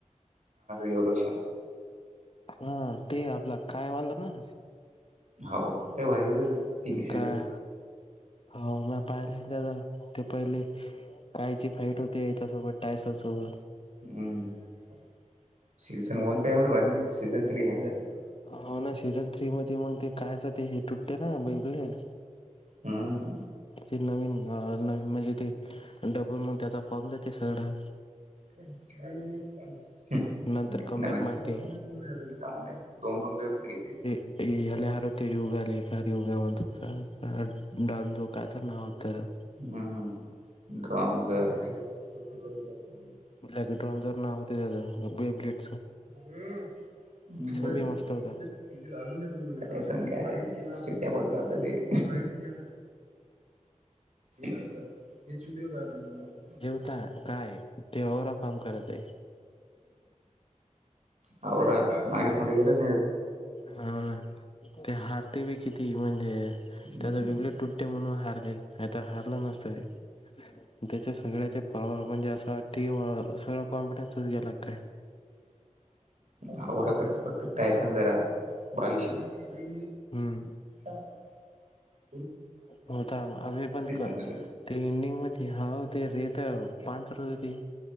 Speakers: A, on the right (about 65°); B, on the left (about 45°).
A: एवढ विष
B: हा ते आपलं काय वाल्लं ना
A: हो ते भारी हो हो तिन सीझन
B: काय हो म पाहिले त्या ते पहिले कायचे फाईट होते याच्यासोबत टायसर सोबत
A: हम्म, सीझन वन काय एवढं भारी नाहीत सीझन थ्री यायल्यात.
B: हो ना सीझन थ्री मध्ये मग ते कायच ते हे तुटते ना मेंदू तेन.
A: हम्.
B: ते नवीन नवीन म्हणजे ते डबल म्हण त्याचा फॉर्म जाते सगळं.
A: पंचवीस पंच हम्म.
B: नंतर कमबॅक
A: नवीन
B: मारते
A: <inaudible> दोन-दोन वेप घेतेति.
B: ए अल्या अरे तो ह्यो <unintelligible> काय तर नाव होतं?
A: हम्म <inaudible> ड्रॉनझ <unintelligible>
B: काय तर ड्रॉनझ नाव होत त्याच <unintelligible>
A: हम्म बर.
B: बी मस्त होता
A: <inaudible> <inaudible> अजून काय <unintelligible> खोलीच्या बाहेर आता हेच व्हीडिओ <unintelligible>
B: आता काय तेवरा काम करायचं आहे.
A: अवघड आहे मायनस मध्ये गेलसं.
B: हा ते हारते बी किती म्हणजे
A: हम्म
B: त्याचा वेगळे तुट ते म्हणून हारले नाही तर हारलं नसतं ते. त्याच्या सगळ्या ते पॉवर म्हणजे असं वाट ती <unintelligible> सगळं कॉम्पिटेच गेला काय?
A: हावरा करता फक्त टायसन जरा बालिशच हाय.
B: हम्म
A: हम्. <inaudible>
B: होता आ्म्ही पण कर
A: मला
B: ते एंडिंग मध्ये हाव ते रेत ते अंतर वीधी